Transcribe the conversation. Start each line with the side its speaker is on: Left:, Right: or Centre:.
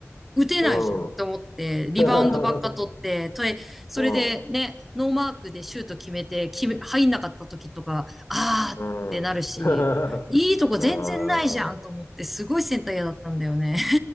Centre: 打てないじゃんって思って、
Left: うん、うん。<laughs>
Centre: リバウンドばっか取って、とえ、それでね、
Left: うん、
Centre: ノーマークでシュート決めて、決め、入んなかった時とか、あーってなるし、
Left: うん。<laughs>
Centre: いいとこ全然ないじゃんと思って、
Left: ああ、
Centre: すごいセンター嫌だったんだよね。